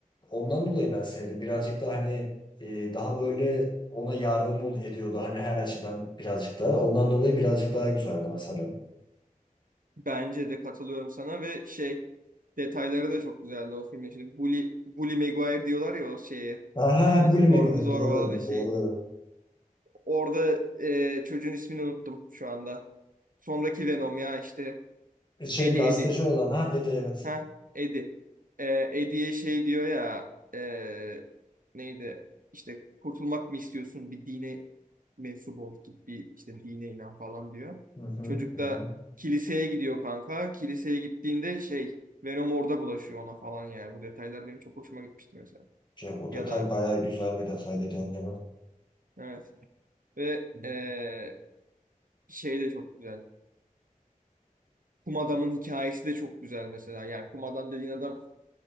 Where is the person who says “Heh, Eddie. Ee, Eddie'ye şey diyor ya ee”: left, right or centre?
Right